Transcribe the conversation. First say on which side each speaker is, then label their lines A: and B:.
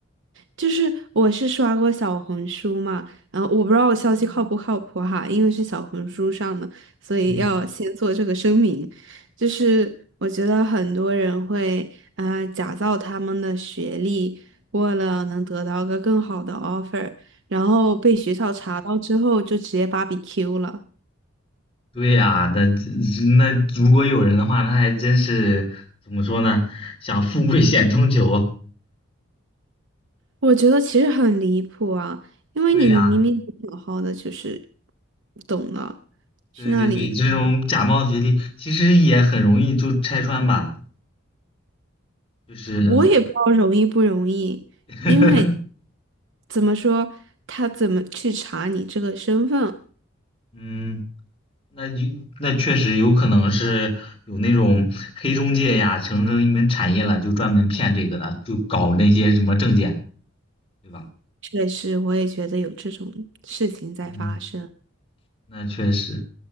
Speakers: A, on the right; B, on the left.
A: 就是我是刷过小红书嘛，然后我不知道我消息靠不靠谱哈，因为是小红书上的，所以要先做这个声明。
B: 嗯，
A: 就是我觉得很多人会呃假造他们的学历，为了能得到个更好的 offer，然后被学校查到之后就直接 b 比 q 了。
B: 对呀，那这那如果有人的话，他还真是怎么说呢？想富贵险中求。
A: 我觉得其实很离谱啊，因为你明明很好好的就是
B: 对呀，
A: 懂了，去那里。
B: 对对对，这种假冒学历其实也很容易就拆穿吧，就是，
A: 我也不知道容易不容易，
B: <laughs>
A: 因为怎么说，他怎么去查你这个身份，
B: 嗯，那就那确实有可能是有那种黑中介呀，形成一门产业了，就专门骗这个的，就搞那些什么证件，对吧？
A: 确实我也觉得有这种事情在发生。
B: 嗯，那确实。